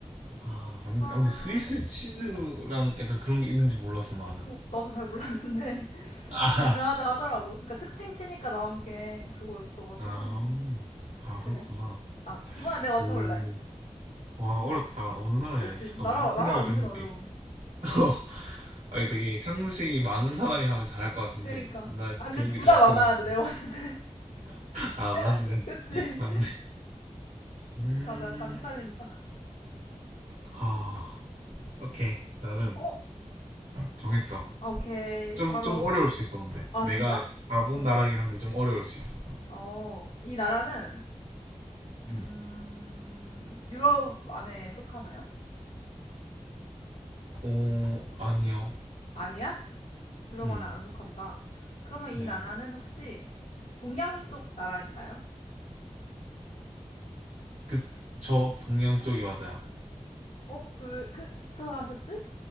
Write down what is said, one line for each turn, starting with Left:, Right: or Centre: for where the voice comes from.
Right: 아, 맞 아,
Left: 와,
Right: 근데 스위스 치즈랑 약간 그런 게 있는지 몰랐어, 나는.
Left: 어, 나도 잘 몰랐는데 <laughs>
Right: 아,
Left: 유명하다 하더라고. 그러니까 특징 치니까 나온 게 그거였어가지고
Right: 아, 음. 아,
Left: 그래.
Right: 그렇구나.
Left: 아, 이번엔 내가 맞춰볼래.
Right: 오. 와, 어렵다. 어느 나라 해야지?
Left: 그치?
Right: 잠깐만.
Left: 나라
Right: 생각을
Left: 나라 은근
Right: 좀 해볼게.
Left: 어려움.
Right: <laughs> 아, 이게 되게 상식이 많은 사람이 하면 잘할 것 같은데.
Left: 그러니까.
Right: 나
Left: 아, 근데
Right: 그런
Left: 둘
Right: 게 좀
Left: 다
Right: 약하단
Left: 많아야
Right: 말이야.
Left: 돼. 내가 봤을 때.
Right: 아, 맞네.
Left: <laughs> 그치?
Right: 맞네. 음,
Left: 나도 약간 후달린다.
Right: 하. 오케이. 나는
Left: 어?
Right: 정했어.
Left: 오케이,
Right: 좀,
Left: 바로.
Right: 좀 어려울 수 있어, 근데.
Left: 아,
Right: 내가
Left: 진짜?
Right: 가본
Left: 어.
Right: 나라긴 한데 좀 어려울 수 있어.
Left: 어, 이 나라는,
Right: 음.
Left: 음, 유럽 안에 속하나요?
Right: 오, 아니요.
Left: 아니야? 유럽
Right: 음.
Left: 안에 안 속한다. 그러면 이
Right: 네.
Left: 나라는 혹시 동양 쪽 나라인가요?
Right: 그, 저, 동양 쪽이 맞아요.
Left: 어, 왜, 그, 저 하셨지?